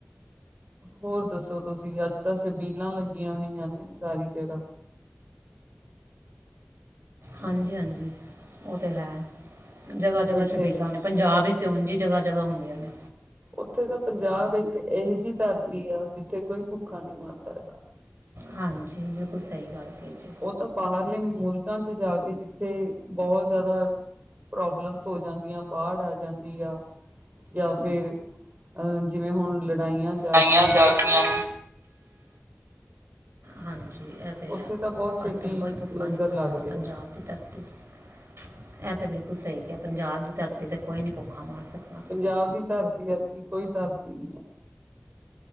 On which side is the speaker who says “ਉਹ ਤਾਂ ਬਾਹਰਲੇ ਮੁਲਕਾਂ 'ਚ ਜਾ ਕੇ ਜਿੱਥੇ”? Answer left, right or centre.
Right